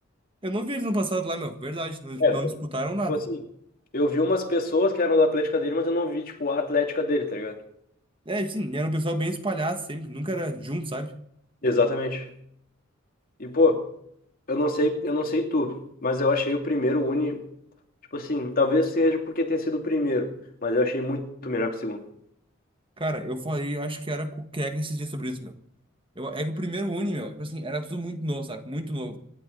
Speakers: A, on the right; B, on the left.
A: Eu não vi eles no passado lá, meu. Verdade, não,
B: É,
A: não disputaram nada.
B: tipo assim, eu vi umas pessoas que eram da Atlética dele, mas eu não vi, tipo, a Atlética dele, tá ligado?
A: É, sim, e era um pessoal bem espalhado sempre, nunca era junto, sabe?
B: Exatamente. E, pô, eu não sei, eu não sei tu, mas eu achei o primeiro Uni, tipo assim, talvez seja porque tenha sido o primeiro, mas eu achei muito melhor que o segundo.
A: Cara, eu falei, eu acho que era com o Keka esses dias sobre isso, meu. Eu, é que o primeiro Uni, meu, tipo assim, era tudo muito novo, sabe? Muito novo.